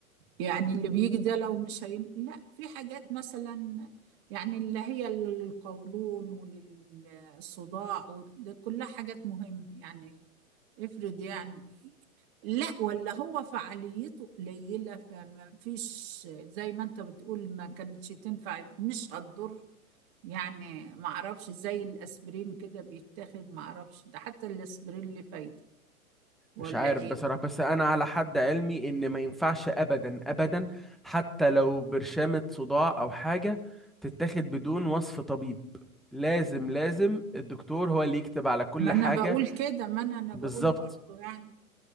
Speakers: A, on the right (about 40°); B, in the centre.
A: يعني اللي بيجي ده لو مش هين... لا في حاجات مثلا يعني اللي هي للقولون وللصداع وده كلها حاجات مهمة يعني افرض يعني لا ولا هو فعاليته قليلة فما فيش زي ما انت بتقول ما كانتش تنفع مش هتضر يعني ما اعرفش زي الاسبرين كده بيتاخد ما اعرفش ده حتى الاسبرين اللي فايدة ولا
B: مش عارف
A: ايه
B: بصراحة بس أنا على حد علمي إن ما ينفعش أبدا أبدا حتى لو برشامة صداع أو حاجة تتاخد بدون وصف طبيب لازم لازم الدكتور هو اللي يكتب على كل
A: ما انا
B: حاجة
A: بقول كده ما انا انا
B: بالظبط
A: بقول برضه يعني